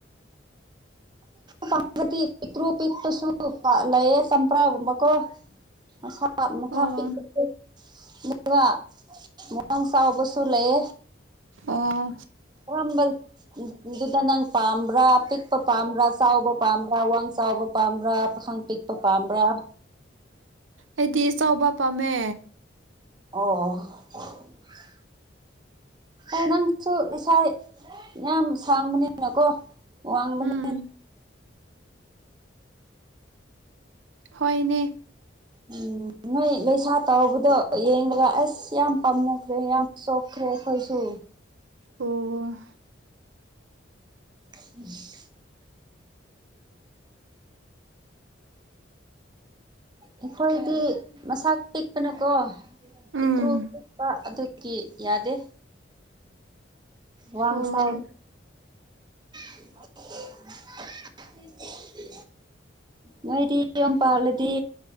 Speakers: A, on the right; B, on the right.
A: <inaudible>
B: ꯄꯥꯝ ꯕ ꯗꯤ ꯄꯤꯛꯇ꯭ꯔꯨ ꯄꯤꯛꯄꯁꯨ ꯄ ꯂꯩꯌꯦ ꯆꯝꯄ꯭ꯔꯥ ꯒꯨꯝꯕ ꯀꯣ ꯃꯁꯥ ꯃꯊꯥ
A: ꯑꯣ
B: ꯄꯤꯛ <unintelligible> ꯃꯨ ꯒ ꯃꯣ ꯋꯥꯡ ꯆꯥꯎꯕꯁꯨ ꯂꯩꯌꯦ
A: ꯑꯣ
B: ꯑꯣꯟꯕꯩ ꯏ ꯀꯤꯗꯨꯗ ꯅꯪ ꯄꯥꯝꯕ꯭ꯔꯥ ꯄꯤꯛ ꯄ ꯄꯥꯝꯕ꯭ꯔꯥ ꯆꯥꯎꯕ ꯄꯥꯝꯕ꯭ꯔꯥ ꯋꯥꯡ ꯆꯥꯎꯕ ꯄꯥꯝꯕ꯭ꯔꯥ ꯄꯥꯈꯪ ꯄꯤꯛꯄ ꯄꯥꯝꯕ꯭ꯔꯥ
A: ꯑꯩꯗꯤ ꯆꯥꯎꯕ ꯄꯥꯝꯃꯦ
B: ꯑꯣ
A: <inaudible>
B: ꯍꯥꯏ ꯅꯪꯁꯨ ꯂꯩꯁꯥ ꯏꯠ ꯌꯥꯝ ꯁꯥꯡꯕꯅꯤ ꯅꯀꯣ ꯋꯥꯡꯕꯅꯤ
A: ꯎꯝ ꯍꯣꯏꯅꯦ
B: ꯎꯝ ꯅꯣꯏ ꯂꯩꯁꯥ ꯇꯧꯕꯗꯣ ꯌꯦꯡꯂꯒ ꯑꯁ ꯌꯥꯝ ꯄꯥꯝꯃꯨꯈ꯭ꯔꯦ ꯌꯥꯝ ꯆꯣꯛꯈ꯭ꯔꯦ ꯑꯈꯣꯏꯁꯨ
A: ꯎꯝ
B: <unintelligible> ꯑꯩꯈꯣꯏꯗꯤ ꯃꯁꯥ ꯄꯤꯛꯄꯅꯀꯣ ꯄꯤꯛꯇ꯭ꯔꯨ
A: ꯎꯝ
B: ꯄꯤꯛꯄ ꯑꯗꯨ ꯀꯤ ꯌꯥꯗꯦ ꯋꯥꯡ
A: ꯑꯣ
B: ꯆꯥꯎ <unintelligible> ꯅꯣꯏꯗꯤ ꯌꯨꯝ ꯄꯥꯜꯂꯗꯤ